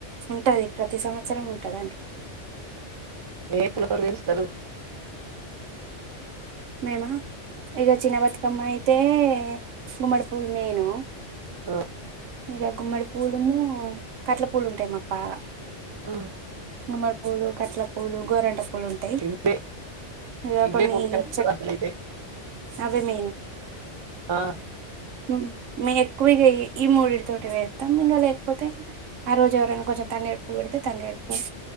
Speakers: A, on the right; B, on the right.
A: ఉంటది, ప్రతి సంవత్సరం ఉంటదండి.
B: ఏ పూలతోని చేస్తారు.
A: మేమా, ఇగ చిన్న బతుకమ్మ అయితే. గుమ్మడి పూల్ మేను.
B: ఆ,
A: ఇగ గుమ్మడి పూలూన్ను. కట్ల పూలుంటయ్, మాక్ బాగ.
B: ఆ.
A: గుమ్మడి పూలు, కట్ల పూలు, గోరెంట పు. లు ఉంటాయి.
B: ఇవే
A: ఇగ
B: ఇవే
A: కొన్ని
B: పూలు చేస్తారు
A: చక్
B: అసలు అయితే
A: అవే మేన్.
B: ఆ.
A: ఉమ్‌, మే ఎక్కువ చేయ్యి, ఈ మూడిటితోటి పేర్తం, ఇంగ లేకపోతే ఆ రోజు ఎవరైనా కొంచెం తంగేడు పువ్వు పెడితే, తంగేడు పువ్వు.